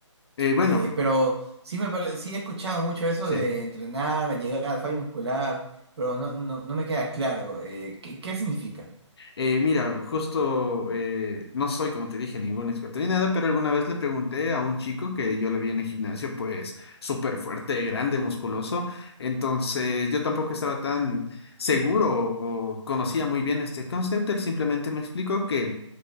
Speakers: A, on the left; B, on the right.
A: Eh, bueno,
B: Eh, pero sí, me pare- sí he escuchado mucho eso
A: sí.
B: de entrenar, llegar al fallo muscular, pero no, no, no me queda claro eh, qué, qué significa.
A: Eh, mira, justo eh, no soy, como te dije, ningún experto ni nada, pero alguna vez le pregunté a un chico que yo le vi en el gimnasio, pues súper fuerte, grande, musculoso. Entonces yo tampoco estaba tan seguro o conocía muy bien este concepto. Él simplemente me explicó que